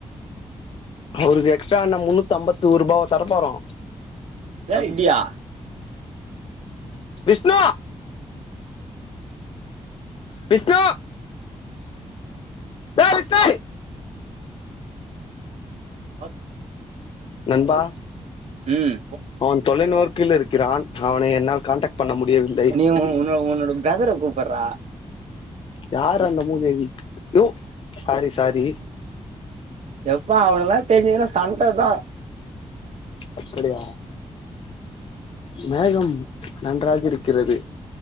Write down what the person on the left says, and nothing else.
அவருக்கு எக்ஸ்ட்ரா என்ன முன்னூத் அம்பத்தோருபாவா தர போறோ
விஷ்ணு விஷ்ணு டேய் விஷ்ணேய்
நண்பா
அவன் தொலைநோர்க்கில இருக்கிறான் அவனை என்னால் கான்டாக்ட் பண்ண முடியவில்லை
யார் அந்த மூதேவி யோ சாரி சாரி
அப்படியா மேகம் நன்றாக இருக்கிறது